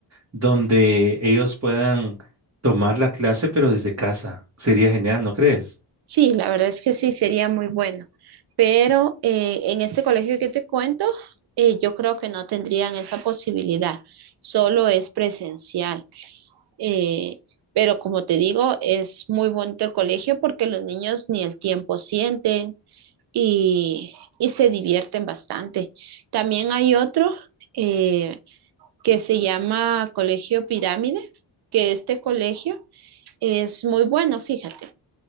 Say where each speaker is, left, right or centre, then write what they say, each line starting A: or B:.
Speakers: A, on the right; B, on the right.
A: donde ellos puedan tomar la clase, pero desde casa. Sería genial, ¿no crees?
B: sí, la verdad es que sí, sería muy bueno. Pero eh, en este colegio que te cuento, eh, yo creo que no tendrían esa posibilidad, solo es presencial. Eh, pero como te digo, es muy bonito el colegio porque los niños ni el tiempo sienten y, y se divierten bastante. También hay otro. eh, que se llama Colegio Pirámide, que este colegio es muy bueno, fíjate.